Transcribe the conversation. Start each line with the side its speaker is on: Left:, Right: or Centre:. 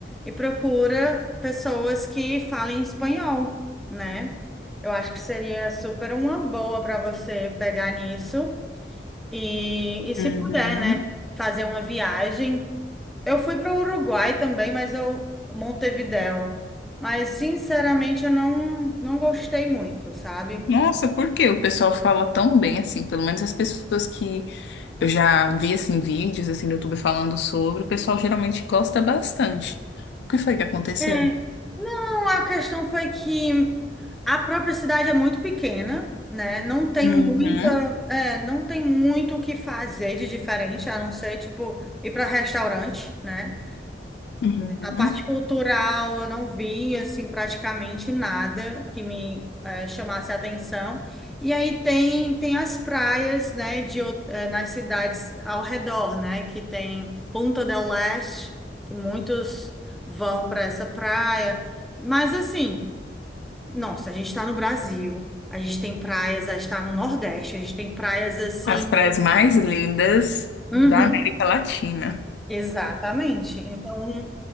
Centre: e procura pessoas que falem espanhol, né? Eu acho que seria super uma boa para você pegar nisso e, e se
Left: Uhum.
Centre: puder, né, fazer uma viagem. Eu fui para o Uruguai também, mas eu Montevidéu. Mas sinceramente eu não não gostei muito, sabe?
Left: Nossa, por que o pessoal fala tão bem assim? Pelo menos as pessoas que eu já vi assim vídeos assim no YouTube falando sobre, o pessoal geralmente gosta bastante. O que foi que aconteceu?
Centre: É. Não, a questão foi que a própria cidade é muito pequena, né? Não tem
Left: Uhum,
Centre: muita, é, não tem muito o que fazer de diferente, a não ser, tipo, ir para restaurante, né?
Left: uhum.
Centre: A parte cultural, eu não vi, assim, praticamente nada que me eh, chamasse a atenção. E aí tem, tem as praias, né, de, ou- eh, nas cidades ao redor, né, que tem Punta del Este, que muitos vão para essa praia. Mas, assim, nossa, a gente está no Brasil, a gente tem praias, a gente está no Nordeste, a gente tem praias, assim...
Left: As praias mais lindas
Centre: Uhum,
Left: da América Latina.
Centre: exatamente. Então,